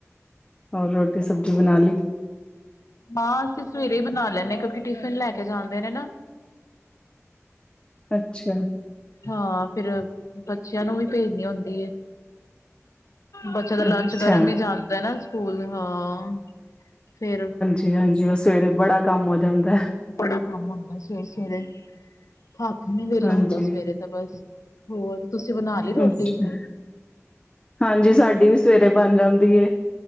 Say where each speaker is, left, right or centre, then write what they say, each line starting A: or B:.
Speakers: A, on the left; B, on the left.
A: ਹੋਰ ਰੋਟੀ ਸਬਜ਼ੀ ਬਣਾ ਲੀ
B: ਹਾਂ ਅਸੀਂ ਸਵੇਰੇ ਹੀ ਬਣਾ ਲਏ ਨੇ ਕਿਉਂਕਿ ਟਿਫਿਨ ਲੈ ਕੇ ਜਾਂਦੇ ਨੇ ਨਾ
A: ਅੱਛਾ
B: ਹਾਂ ਫਿਰ ਬੱਚਿਆਂ ਨੂੰ ਵੀ ਭੇਜਨੀ ਹੁੰਦੀ ਏ ਬੱਚਿਆਂ ਦਾ ਲੰਚ
A: ਅੱਛਾ
B: ਗਰਮ ਹੀ ਜਾ ਐ ਨਾ ਸਕੂਲ ਹਾਂ ਫੇਰ
A: ਜੀ ਹਾਂਜੀ ਉਹ ਸਵੇਰੇ ਬੜਾ ਕੰਮ ਹੋ ਜਾਂਦਾ ਐ
B: ਬੜਾ ਕੰਮ ਹੁੰਦਾ ਸਵੇਰੇ-ਸਵੇਰੇ ਹੱਥ ਨੀ ਵੇਲਾ
A: ਹਾਂਜੀ
B: ਹੁੰਦਾ ਸਵੇਰੇ ਤਾਂ ਬਸ ਹੋਰ ਤੁਸੀਂ ਬਣਾ ਲੀ ਰੋਟੀ
A: ਅੱਛਾ ਹਾਂਜੀ ਸਾਡੀ ਵੀ ਸਵੇਰੇ ਬਣ ਜਾਂਦੀ ਏ